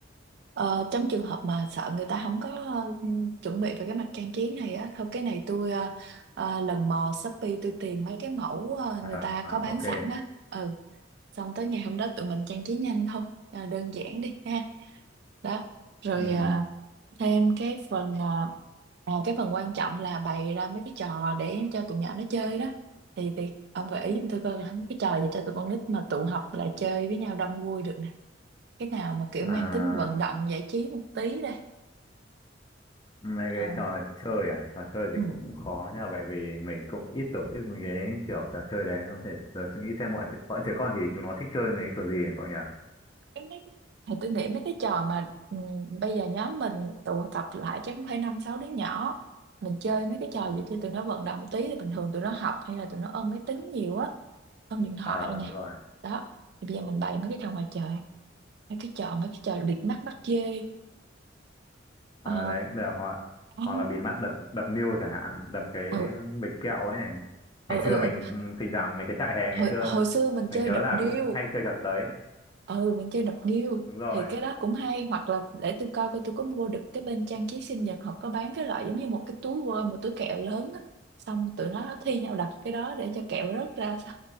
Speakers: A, on the right; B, on the left.
A: Ờ, trong trường hợp mà sợ người ta không có ờ, chuẩn bị về cái mặt trang trí này á thôi cái này tôi ờ, ờ, lần mò Shopee tôi tìm mấy cái mẫu ờ,
B: Ờ,
A: người ta
B: ờ,
A: có bán
B: ok
A: sẵn á ừ xong tới ngày hôm đó tụi mình trang trí nhanh thôi Ờ, đơn giản đi ha đó rồi
B: ừ.
A: ờ, thêm cái phần ờ, à, cái phần quan trọng là bày ra mấy cái trò để cho tụi nhỏ nó chơi đó thì thì ông gợi ý giùm tôi coi mấy cái trò gì cho tụi con nít mà tụ họp lại chơi với nhau đông vui được nè cái nào mà kiểu
B: à,
A: mang tính vận động giải trí một tí đây
B: mấy
A: ờ,
B: cái trò chơi à trò chơi
A: ừ.
B: thì cũng khó nha bởi vì mình cũng ít tổ chức mấy cái kiểu trò chơi đấy nó phải giờ suy nghĩ xem bọn trẻ- bọn trẻ con thì chúng nó thích chơi mấy kiểu gì ấy, cậu nhỉ
A: Cái mấy, thì tôi nghĩ mấy cái trò mà ừ, bây giờ nhóm mình tụ tập lại chắc cũng phải năm sáu đứa nhỏ mình chơi mấy cái trò
B: Ừ.
A: gì cho tụi nó vận động tí thì bình thường tụi nó học hay là tụi nó ôm máy tính nhiều á ôm điện thoại
B: ờ
A: nè
B: đúng rồi
A: đó thì bây giờ mình bày mấy cái trò ngoài trời mấy cái trò mấy cái trò bịt mắt bắt dê
B: ờ
A: Ờ,
B: đấy là hoặc
A: à,
B: hoặc là bịt mắt đập đập niêu chẳng hạn đập cái
A: ừ,
B: bịch kẹo ấy
A: ừ
B: ngày
A: ừ
B: xưa mình
A: ừ
B: cũng- thỉnh thoảng mấy cái trại hè ngày
A: hồi,
B: xưa
A: hồi xưa mình chơi
B: mình nhớ
A: đập
B: là
A: niêu
B: cũng hay chơi trò đấy
A: ừ mình chơi đập niêu
B: đúng rồi
A: thì cái đó cũng hay hoặc là để tôi coi coi tôi có mua được cái bên trang trí sinh nhật họ có bán cái loại giống như một cái túi quơ một túi kẹo lớn á xong tụi nó thi nhau đập cái đó để cho kẹo rớt ra <laughs> sao